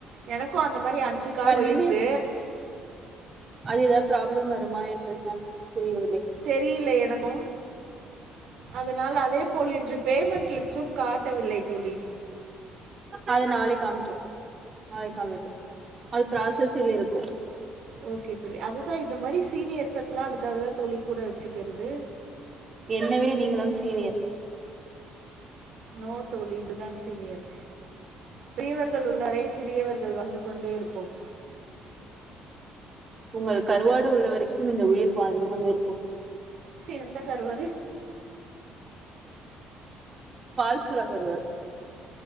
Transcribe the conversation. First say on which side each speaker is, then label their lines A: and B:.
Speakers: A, on the right (about 65°); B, on the right (about 40°).
A: எனக்கும் அந்த மாதிரி அஞ்சு கால்
B: கண்டினியூ
A: போயிருக்கு
B: அது ஏதாவது ப்ராப்ளம் வருமா என்றதுதான் தெரியவில்லை
A: தெரியில்ல எனக்கும் அதனால் அதே போல் இன்று பேமண்ட் லிஸ்டும் காட்டவில்லை தோழி
B: அது நாளை காமிக்கும் நாளை காமிக்கும் அது ப்ராசஸில் இருக்கும்
A: ஓகே தோழி அதுதான் இந்த மாரி சீனியர்ஸ் எல்லாம் அதுக்காகதா தோழி கூட வச்சுக்கிறது
B: என்னை விட நீங்க தான் சீனியர்
A: நோ தோழி இது தான் சீனியர் பெரியவர்கள் உள்ளவரை சிறியவர்கள் வாழ்ந்து கொண்டே இருப்போம்
B: உங்கள் கருவாடு உள்ள வரைக்கும் இந்த உயிர் வாழ்ந்து கொண்டிருக்கும்
A: எந்த கருவாடு
B: பால்சுரா கருவாடு